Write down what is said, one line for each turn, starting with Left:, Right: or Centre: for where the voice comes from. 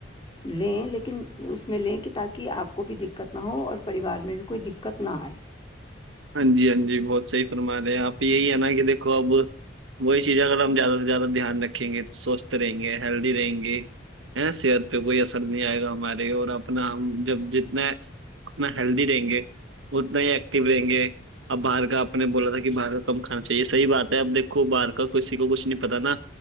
Left: لیں لیکن اس میں لیں کہ تاکہ کہ آپ کو بھی دقت نہ ہو اور پریوار میں بھی کوئی دقت نہ آئے
Right: ہاں جی ہاں جی بہت صحیح فرما رہے ہیں آپ یہی ہے نا کہ دیکھو اب وہی چیزیں اگر ہم زیادہ سے زیادہ دھیان رکھیں گے تو سوستھ رہیں گے ہیلدی رہیں گے ہے صحت پہ کوئی اثر نہیں آئے گا ہمارے اور اپنا ہم جب جتنے اتنا ہیلدی رہیں گے اتنا ہی ایکٹیو رہیں گے اب باہر کا آپ نے بولا تھا کہ باہر کا کم کھانا چاہیے صحیح بات ہے اب دیکھو باہر کا کسی کو کچھ نہیں پتا نا